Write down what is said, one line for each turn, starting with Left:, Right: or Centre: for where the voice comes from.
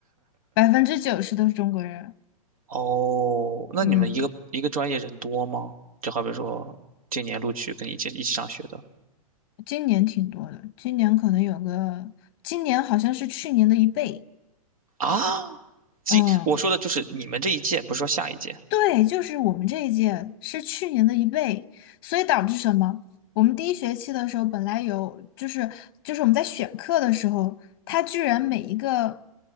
Left: 百分之九十都是中国人。
Right: 哦，那你们一个一个专业人多吗？
Left: 嗯，
Right: 就好比说今年录取跟你一起一起上学的
Left: 今年挺多的，今年可能有个，今年好像是去年的一倍。
Right: 啊，今我说的就是你们这一届，
Left: 嗯。
Right: 不是说下一届。
Left: 对，就是我们这一届是去年的一倍，所以导致什么？我们第一学期的时候本来有，就是就是我们在选课的时候，它居然每一个